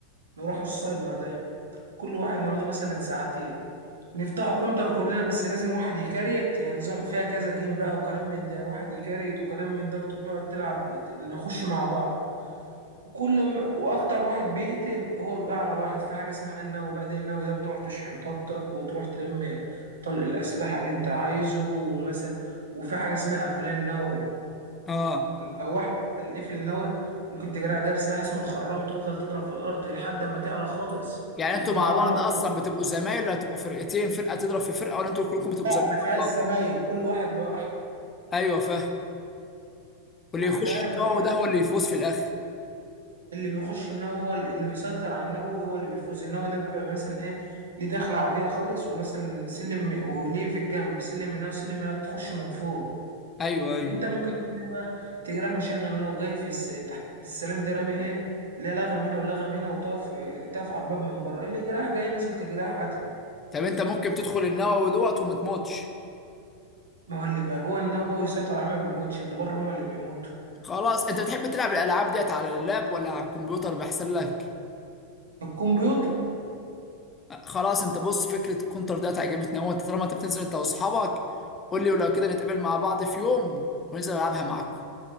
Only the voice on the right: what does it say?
نروحوا السايبر ده كل واحد نقعده مثلا ساعتين نفتحوا كونتر كلنا بس لازم واحد يكريت ينظم فيها كذا جيم بقى وكلام من ده واحد يكريت وكلام من ده وتقعد تلعب نخش مع بعض كل ما واكتر واحد بيقتل هو بيبقى اعلى واحد في حاجه اسمها النووي بقى دي النووي ده بتروح تشحن طاقتك وتروح تلم طلق الاسلحه اللي انت عايزه ومثلا وفي حاجه اسمها قفلان نووي
لو واحد قتل قفل نووي ممكن تجري عليها بسلاح اسمه الخرام وتفضل تضرب في الارض لحد ما تعلى خالص
النووي
عمره ما
لا
ما فيهاش
زمايل
كل واحد لوحده
يعني
فاهم
اللي بيخش النووي هو اللي بيسيطر على النووي هو اللي بيفوز النووي ده بيبقى مثلا ايه ليه دخلة عادية خالص ومثلا سلم وليه في الجنب سلم من هنا وسلم من هنا تخش من فوق
انت ممكن تعمل إيه بقى تيجي رايح مشغل نووي جاي في الس... تحت السلام ده رامي ايه لا لغم هنا ولغم هنا وتقف تقف على الباب من بره اللي جراح جاي نازل تجراح قتله
ما هو اللي بقى جوه النووي يسيطر عليه ما بيموتش اللي بره هم اللي بيموتوا
الكمبيوتر